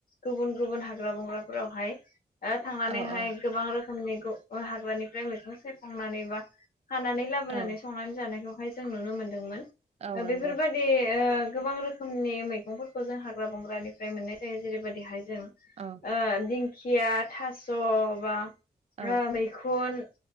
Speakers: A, on the left; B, on the right.
A: गुबुन गुबुन हाग ग्रा बंग्राफोरावहाय ओ थांनानैहाय
B: औ औ
A: गोबां रोखोमनि गु अ' हाग्रानिफ्राय मैगं सायखंनानै बा हानानै लाबोनानै
B: औ
A: संनानै जानायखौहाय जों नुनो मोनदोंमोन।
B: औ
A: ओ
B: नंगौ
A: बेफोरबादि यो गोबां रोखोमनि मैगंफोरखौ जों हाग्रा बंग्रानिफ्राय मोननाय जायो। जेरै बादि हाय जों
B: औ
A: ओ दिंखिया थास' बा
B: औ
A: ओ मै खुन